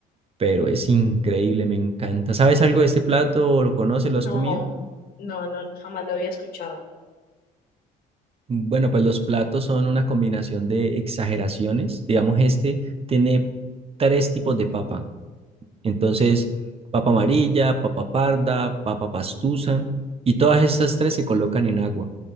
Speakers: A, on the right; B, on the left.
A: pero es increíble, me encanta. ¿Sabes algo de este plato? ¿O ¿Lo conoces? ¿Lo has
B: No,
A: comido?
B: no, no, jamás lo había escuchado.
A: Bueno, pues los platos son una combinación de exageraciones. Digamos, este tiene tres tipos de papa. Entonces, papa amarilla, papa parda, papa pastusa, y todas estas tres se colocan en agua